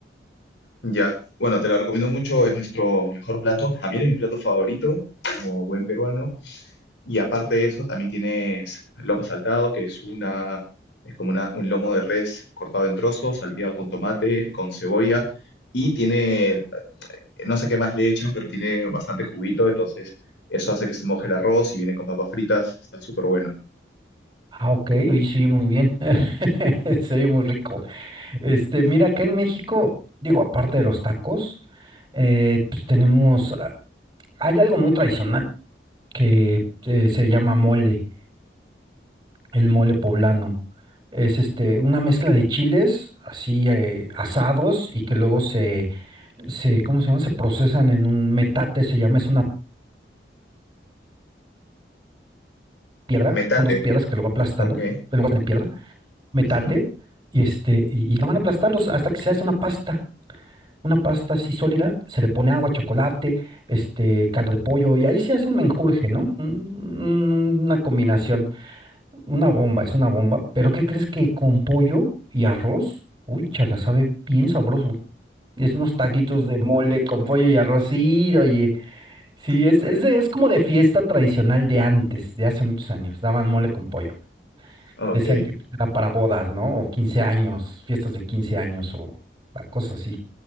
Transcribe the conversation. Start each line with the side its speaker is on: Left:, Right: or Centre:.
Left: Ya, bueno, te la recomiendo mucho, es nuestro mejor plato. También es mi plato favorito, como buen peruano. Y aparte de eso, también tienes lomo saltado, que es una, es como una- un lomo de res cortado en trozos, salteado con tomate, con cebolla. Y tiene, no sé qué más le echan, pero tiene bastante juguito, entonces eso hace que se moje el arroz y viene con papas fritas, está súper bueno.
Right: Ah, ok, oye, se oye muy bien, <laughs> se oye muy rico. Este, mira, acá en México, digo, aparte de los tacos, eh, pues tenemos, ah, hay algo muy tradicional que eh, se llama mole, el mole poblano. Es este, una mezcla de chiles así eh, asados y que luego se, se, ¿cómo se llama? Se procesan en un metate, se llama, es una piedra,
Left: Metate,
Right: son dos piedras que lo va aplastando,
Left: ok.
Right: en lugar de en piedra, metate,
Left: ujú,
Right: y este, y, y lo van aplastando hasta que se hace una pasta. una pasta así sólida, se le pone agua, chocolate, este, caldo de pollo, y ahí se hace un menjurje, ¿no? Un- Una combinación, una bomba, es una bomba, pero ¿qué crees que con pollo y arroz? Uy, chala, sabe bien sabroso. Y es unos taquitos de mole con pollo y arroz, sí, oye, sí, es,
Left: Bueno,
Right: es, de- es como de fiesta tradicional de antes, de hace muchos años, daban mole con pollo.
Left: ok.
Right: Decían que pues, era para bodas, ¿no? O 15 años, fiestas de 15 años o ah, cosas así.